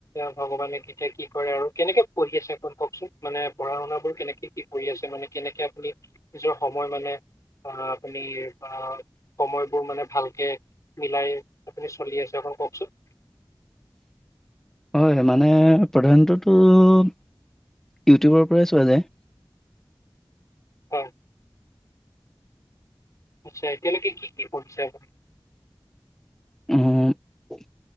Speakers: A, on the left; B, in the centre.
A: ভগৱানে কেতিয়া কি কৰে আৰু কেনেকে পঢ়ি আছে কওকচোন মানে পঢ়া শুনা বোৰ কেনেকে কি কৰি আছে মানে কেনেকে আপুনি নিজৰ মানে আপনি সময়বোৰ মান ভালকে মিলাই আপ চল ককচোন
B: হয় মানে প্ৰধানততো ইউটিউবৰ পৰাই চোৱা যায়
A: হয় আচ্ছা এতিয়ালৈকে কি কি কৰিছে এব
B: আহ